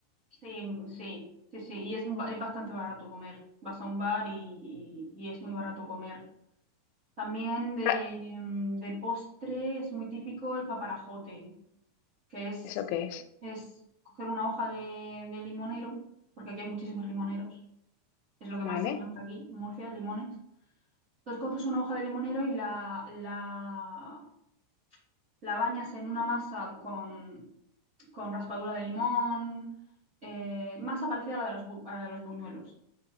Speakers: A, on the right; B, on the left.
A: sí, sí, sí, sí. Y es, ba- es bastante barato comer. Vas a un bar y, y- y es muy barato comer. También de,
B: Ca-
A: em, de postre es muy típico el paparajote. que es,
B: ¿Eso qué es?
A: es coger una hoja de, de limonero, porque aquí hay muchísimos limoneros, es lo que
B: ¿Vale?
A: más se planta aquí, en Murcia, limones. Entonces coges una hoja de limonero y la, la, la bañas en una masa con, con raspadura de limón, eh, masa parecida a la de los, bu- a la de los buñuelos.